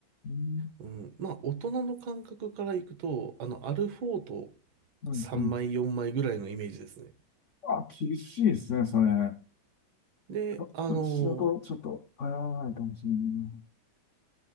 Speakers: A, on the left; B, on the right.
A: うん、
B: うん、まあ、大人の感覚からいくと、あの、アルフォート
A: うん、
B: 3枚、
A: うん。
B: 4枚ぐらいのイメージですね。
A: あ、厳しいですね、それ。
B: で、
A: あうちの子、
B: あの、
A: ちょっと、頼らないかもしれない。